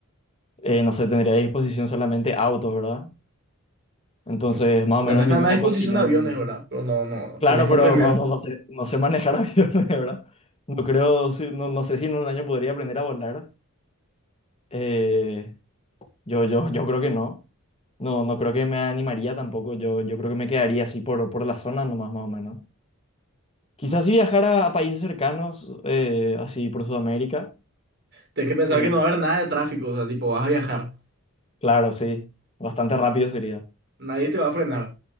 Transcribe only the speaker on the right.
Mm.
Tenés
están
a disposición
aviones, ¿verdad? Pero no, no,
tenés que
aprender.
Tenés que pensar
que no va a haber nada de tráfico, o sea, tipo, vas a viajar.
Nadie te va a frenar.